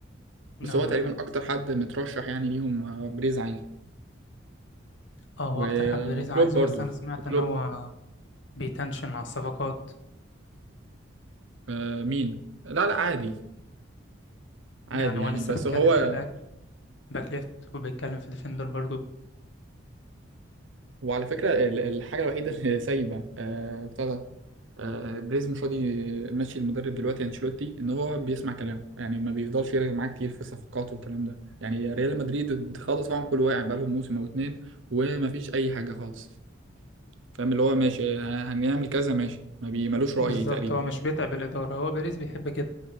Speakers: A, on the left; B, on the right.
A: لا،
B: بس هو
A: أنا
B: تقريبا أكتر حد مترشح يعني ليهم آه، بريز عايز
A: اه هو
B: وكلوب
A: اكتر حد بيريز عايزه
B: برضو
A: بس انا سمعت
B: وكلوب
A: ان هو بيتنشن على الصفقات
B: آه مين لا لا عادي عادي
A: يعني
B: يعني
A: هو لسه
B: بس
A: بيتكلم
B: هو
A: في باك باك ليفت وبيتكلم في ديفندر برضو
B: وعلى فكرة ال- الحاجة الوحيدة اللي سايبة آه بتاع ده آه بريز مش راضي ماشي المدرب دلوقتي انشيلوتي ان هو بيسمع كلام يعني ما بيفضلش يرجع معاه كتير في الصفقات والكلام ده يعني ريال مدريد خالص فاهم كل واقع بقالهم موسم او اتنين وما فيش اي حاجة خالص فاهم اللي هو ماشي ه- هنعمل كذا ماشي ما بيملوش
A: بالظبط
B: رأي تقريبا
A: هو مش بيتعب الاداره هو بيريز بيحب كده